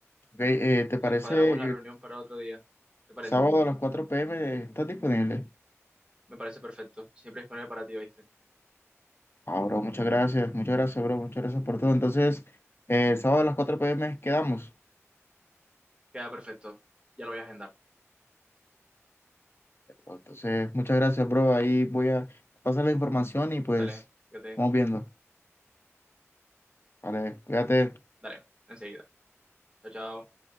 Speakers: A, on the left; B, on the right.
A: Ok, eh, ¿te
B: Entonces
A: parece
B: cuadramos
A: el
B: la reunión para otro día. ¿Te parece?
A: sábado a las 4 p.m. estás disponible?
B: Me parece perfecto. Siempre disponible para ti, ¿oíste?
A: Ah, bro, muchas gracias, muchas gracias, bro, muchas gracias por todo. Entonces, eh, el sábado a las 4 p.m. quedamos.
B: Queda perfecto. Ya lo voy a agendar.
A: Entonces, muchas gracias, bro. Ahí voy a pasar la información y pues
B: Dale, fíjate.
A: vamos viendo. Vale, cuídate.
B: Dale, enseguida. Chao, chao.